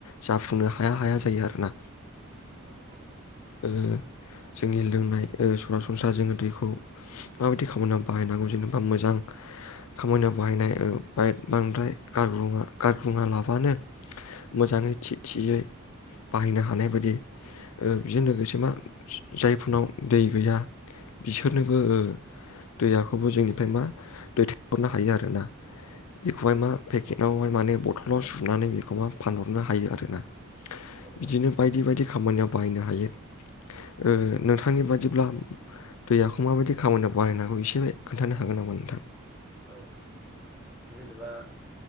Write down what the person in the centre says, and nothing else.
औ औ
उम
उम
औ
औ
औ जेनेबा